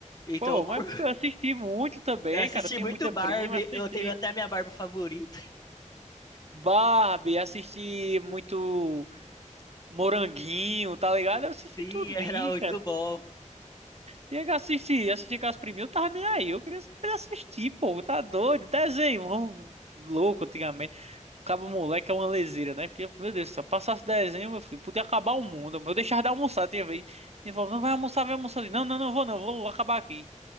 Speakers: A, on the left; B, on the right.
A: Então,
B: Pô,
A: eu cur-
B: mas
A: <laughs>
B: eu assisti muito também,
A: eu assisti
B: cara. Eu tinha
A: muito
B: muita
A: Barbie,
B: prima, assisti
A: eu tenho até a minha Barbie favorita. <laughs>
B: Barbie, assisti muito. Moranguinho, tá ligado? Eu assisti
A: Sim,
B: tudinho,
A: era muito
B: cara.
A: bom.
B: Tinha que assistir, assistir com as priminhas, eu tava nem aí. Eu queria saber assistir, pô, tá doido. Desenho, hum, louco antigamente. Cabo moleque é uma leseira, né? Porque, meu Deus, se eu passasse desenho, meu filho, podia acabar o mundo. Eu deixava de almoçar, tinha vez. Ele falou, não vai almoçar, vai almoçar ali. Não, não, não vou, não, vou acabar aqui.